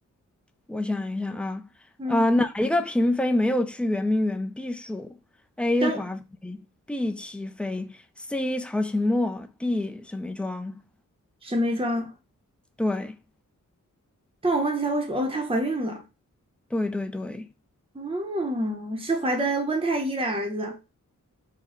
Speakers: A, in the centre; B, on the right.
A: 我想一想啊，
B: 嗯，
A: 呃，哪一个嫔妃没有去圆明园避暑？A.
B: 蒸
A: 华妃，B. 祺妃，C. 曹琴墨，D. 沈眉庄。
B: 沈眉庄，
A: 对，
B: 但我忘记她为什么。哦，她怀孕了。
A: 对对对，
B: 哦，是怀的温太医的儿子。